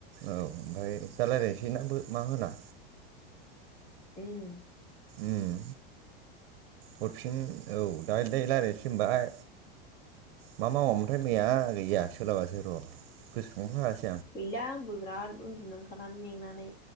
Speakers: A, on the right (about 70°); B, on the left (about 30°).
A: औ ओमफ्राय दा राय्लायनोसै ना मा होना?
B: उम।
A: उम हरफिन औ दायो दायो रायलायनोसै होनबाय मा मावामोनथाय मैया गैया सोलाबासो र' गोसोखांबो होवासै
B: गैला आंबो बिराद उन्दुनो ओंखारनानै मेंनानै